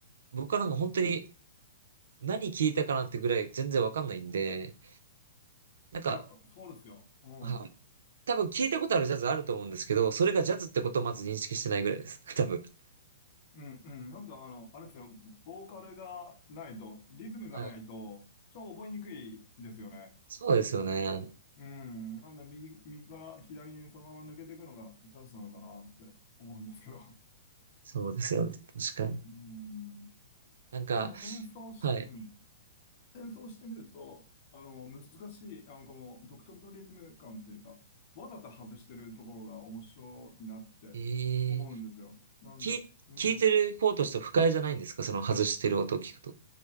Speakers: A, on the right (about 60°); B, on the left (about 40°).
A: 僕はなんか本当に何聞いたかなってぐらい全然わかんないんで、なんか、
B: いや、そうですよ。うん。
A: はい。多分聞いたことあるジャズあると思うんですけど、それがジャズってことをまず認識してないぐらいです。<laughs> 多分。
B: うん、うん。なんかあの、あれですよ。ボーカルがないと、リズムがないと、
A: はい。
B: ちょっと覚えにくいですよね。
A: そうですよね。
B: うん。なんで右、右から左にそのまま抜けていくのがチャンスなのかなって思うんですけど。
A: そうですよね。確かに。
B: うん。
A: なんか、
B: でも演奏し、
A: はい。
B: うん。演奏してみると、あの、難しい、あの、この独特のリズム感っていうか、わざと外してるところが面白いなって
A: ええ、
B: 思うんですよ。なんで、
A: 聞い、
B: うん。
A: 聞いてる方としては不快じゃないんですかその外してる音を聞くと。